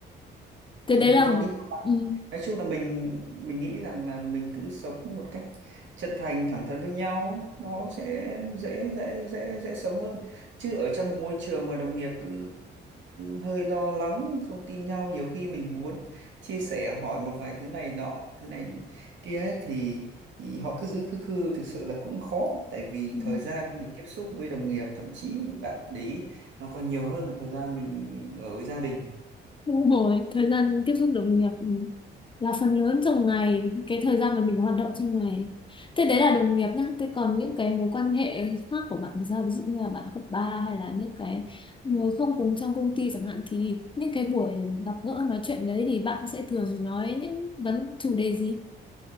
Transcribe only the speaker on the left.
thế
đấy
là
ừ.
Ừ.
Đúng rồi, thời gian tiếp xúc đồng nghiệp là phần lớn trong ngày, cái thời gian mà mình hoạt động trong ngày. Thế đấy là đồng nghiệp nhá, thế còn những cái mối quan hệ khác của bạn thì sao? Ví dụ như là bạn cấp 3 hay là những cái người không cùng trong công ty chẳng hạn thì những cái buổi gặp gỡ nói chuyện đấy thì bạn sẽ thường nói những vấn chủ đề gì?